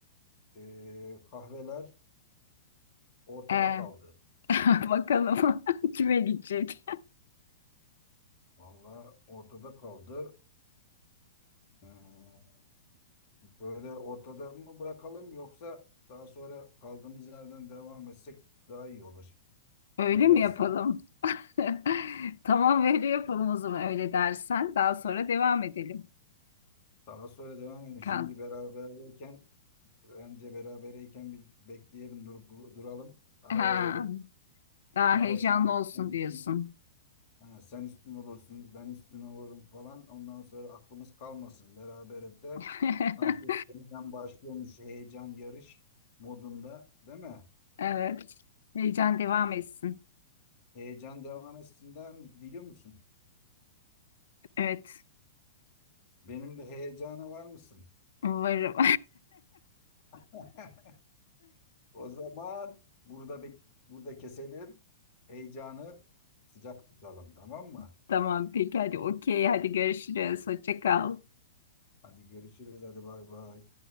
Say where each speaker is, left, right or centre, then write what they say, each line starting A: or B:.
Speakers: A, on the left; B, on the left.
A: e, kahveler ortada
B: Ee,
A: kaldı.
B: <laughs> bakalım <laughs> kime gidecek?
A: Vallahi ortada kaldı. Ee, böyle ortada mı bırakalım yoksa daha sonra kaldığımız yerden devam etsek daha iyi olur.
B: Öyle
A: Ne
B: mi
A: dersin?
B: yapalım? <laughs> Tamam öyle yapalım o zaman öyle dersen. Daha sonra devam edelim.
A: Daha sonra devam edelim.
B: Kan.
A: Şimdi beraberken bence berabereyken bir bekleyelim, dur- duralım, ara
B: Ha,
A: verelim.
B: daha
A: Sonra
B: heyecanlı
A: şimdi
B: olsun
A: sen üstün,
B: diyorsun.
A: ha, sen üstün olursun, ben üstün olurum falan. Ondan sonra aklımız kalmasın. Berabere de
B: <laughs>
A: sanki yeniden başlıyormuş heyecan yarış modunda, değil mi?
B: Evet. Heyecan devam etsin.
A: Heyecan devam etsinler mi- diyor musun?
B: Evet.
A: Benim de heyecana var mısın?
B: Umarım.
A: <laughs> O zaman burada bek- burada keselim. Heyecanı sıcak tutalım, tamam mı?
B: <laughs> Tamam. Peki hadi okey. Hadi görüşürüz. Hoşça kal.
A: Hadi görüşürüz, hadi bay bay.